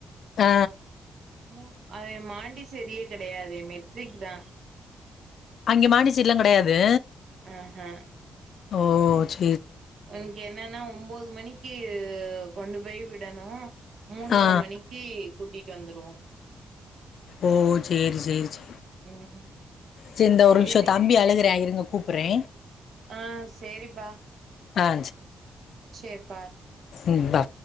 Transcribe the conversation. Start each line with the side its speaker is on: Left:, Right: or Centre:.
Left: ஆ
Right: ம் அத மாண்டிசேரியே கெடையாதே மெட்ரிக் தா
Left: அங்கெ மான்டிசேரிலா கெடையாது
Right: ஆ ஹே
Left: ஓ செ
Right: ஒனக்கு என்னனா ஒம்போது மணிக் க்கி கொண்டு போய் விடணும் மூன்ற
Left: ஆ
Right: மணிக்கு கூட்டிட்டு வந்துருவோ
Left: ஓ சேரி சேரி செ
Right: ம்
Left: ச இந்த ஒரு
Right: சேரி
Left: நிம்ஷோ தம்பி அழுகுறா இருங்க கூப்புட்றே
Right: ஆ சேரிப்பா
Left: ஆ
Right: சேர் பா
Left: உம் பா